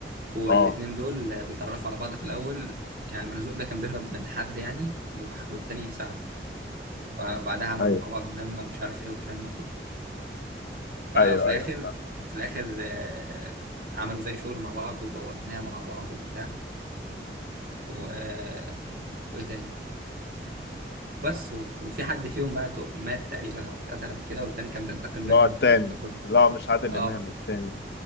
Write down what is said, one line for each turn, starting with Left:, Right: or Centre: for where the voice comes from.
Right: والاتنين
Left: اه
Right: دول بيتعرفوا على بعض في الأول يعني مرزوق ده كان بيهرب من حد يعني وح- والتاني يساعده فبعدها عملوا
Left: أيوة.
Right: مع بعض مهمة ومش عارف ايه والكلام ده كله ففي
Left: ايوه
Right: الآخر
Left: ايوه
Right: في الآخر آه، عملوا زي شغل مع بعض وبقوا أغنياء مع بعض وبتاع و... آه، وإيه تاني بس وف- وفي حد فيهم بقى تو- مات تقريبا أو اتقتل أو كده والتاني كان بينتقم
Left: اللي
Right: منه
Left: هو التاني
Right: والكلام ده كله
Left: اللي هو مش عادل
Right: اه
Left: امام التاني